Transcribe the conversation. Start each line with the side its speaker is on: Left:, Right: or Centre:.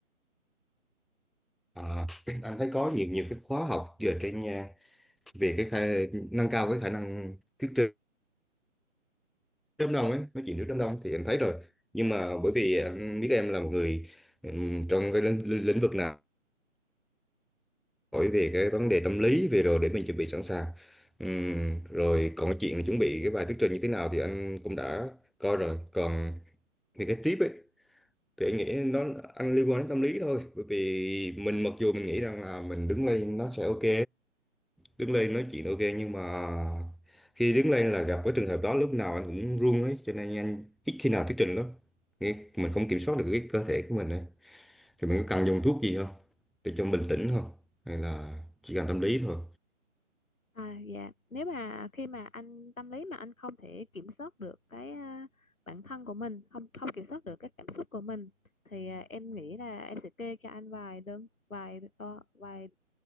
Centre: à, <clears throat> anh thấy có nhiều nhiều cái khóa học giờ trên nhà về cái khả, nâng cao cái khả năng thuyết trình trước đám đông ấy nói chuyện trước đám đông thì anh thấy rồi nhưng mà bởi vì anh biết em là một người ừm, trong cái lĩnh, lĩnh lĩnh vực nào hỏi về cái vấn đề tâm lý về rồi để mình chuẩn bị sẵn sàng Ừm, rồi còn cái chuyện chuẩn bị cái bài thuyết trình như thế nào thì anh cũng đã coi rồi còn về cái tiếp ấy thì anh nghĩ nó anh liên quan đến tâm lý thôi bởi vì mình mặc dù mình nghĩ rằng là mình đứng lên nó sẽ ok đứng lên nói chuyện ok nhưng mà khi đứng lên là gặp cái trường hợp đó lúc nào anh cũng run ấy cho nên anh ít khi nào thuyết trình lắm Nghĩ mình không kiểm soát được cái cơ thể của mình ấy thì mình có cần dùng thuốc gì không để cho bình tĩnh không hay là chỉ cần tâm lý thôi
Left: À, dạ nếu mà khi mà anh tâm lý mà anh không thể kiểm soát được cái à, bản thân của mình không không kiểm soát được các cảm xúc của mình thì à, em nghĩ là em sẽ kê cho anh vài đơn vài to vài